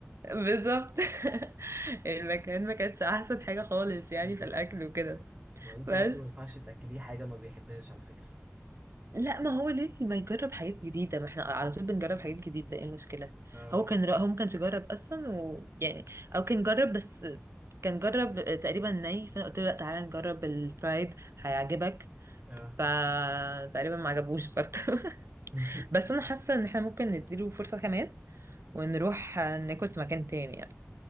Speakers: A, on the right; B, on the right.
A: بالظبط <laughs> المكان ما كانتش احسن حاجه خالص يعني
B: مم.
A: في الاكل وكده
B: ما انتي
A: بس
B: برضو ما ينفعش تاكليه حاجه ما بيحبهاش على فكره
A: لا ما هو ليه ما يجرب حاجات جديدة ما احنا على طول بنجرب حاجات جديدة ايه المشكلة
B: اه
A: هو كان رأ... هو ما كانش جرب اصلا ويعني او كان جرب بس كان جرب تقريبا ني فانا قلت له لا تعالى نجرب الفرايد هيعجبك
B: اه
A: فتقريبا ما عجبوش برضه <laughs>
B: <laughs>
A: بس انا حاسة ان احنا ممكن نديله فرصة كمان ونروح ناكل في مكان تاني يعني